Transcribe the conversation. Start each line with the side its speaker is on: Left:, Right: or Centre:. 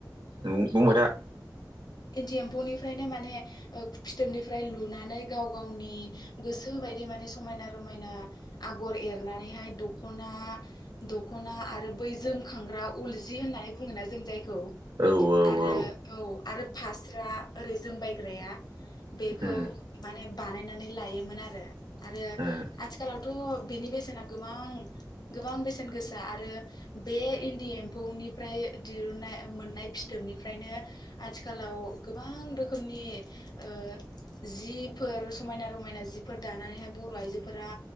Right: नों बुंबाय था।
Left: इन्दि एम्फौनिफ्रायनो माने ओ फिथोबनिफ्राय लुनानै गाव गावनि गोसोबायदि माने समायना रमायना आगर एरनानैहाय दखना दखना आरो बै जोमखांग्रा उलजि होन्नानै बुङोना जों जाय खौ
Right: औ औ
Left: आरो औ आरो फास्रा ओरै जोमबायग्राया बेखौ
Right: उम
Left: माने बानायनानै लायोमोन आरो आरो
Right: उम
Left: आथिखालावथ' थ' बेनि बेसेना गोबां गोबां बेसेन गोसा आरो बे इन्दि एम्फौनिफ्राय दिरुनना मोननाय फिथोबनिफ्रायनो आथिखालाव गोबां रोखोमनि ओ जिफोर समायना रमायना जिफोर दानानैहाय बर' आइजोफोरा